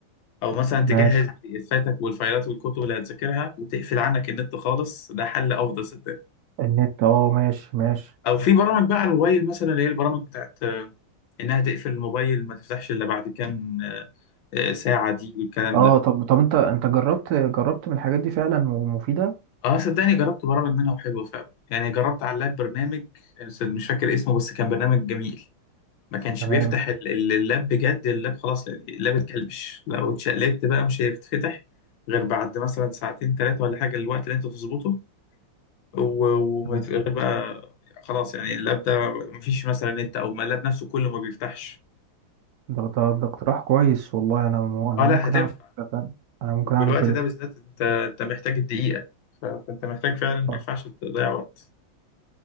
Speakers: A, on the left; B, on the right.
A: او مثلا
B: ماشي
A: تجهز بي دي افاتك والفايلات والكتب اللي هتذاكرها وتقفل عنك النت خالص ده حل افضل صدقني
B: النت اه ماشي ماشي
A: او في برامج بقى على الموبايل مثلا اللي هي البرامج بتاعت آه، انها تقفل الموبايل ما تفتحش الا بعد كام آه، آه، ساعة دي والكلام
B: اه
A: ده
B: طب طب انت انت جربت جربت من الحاجات دي فعلا ومفيده
A: اه صدقني جربت برامج منها وحلوه فعلا يعني جربت على اللاب برنامج يعني صد- مش فاكر اسمه بس كان برنامج جميل ما كانش
B: تمام
A: بيفتح ال- ال- اللاب بجد اللاب خلاص يعني اللاب اتكلبش لو اتشقلبت بقى مش هيتفتح غير بعد مثلا ساعتين ثلاثه ولا حاجه الوقت اللي انت تظبطه و- وما
B: تمام
A: يت- غير بقى خلاص يعني اللاب ده مفيش مثلا نت او ما اللاب نفسه كله ما بيفتحش
B: ده ده ده اقتراح كويس والله انا م- انا
A: اه
B: ممكن
A: لا هتنفع
B: اعمل كده فعلا انا ممكن اعمل
A: والوقت
B: كده
A: ده بالذات انت انت محتاج الدقيقه ف- فانت محتاج فعلا ما
B: صح
A: ينفعش تضيع وقت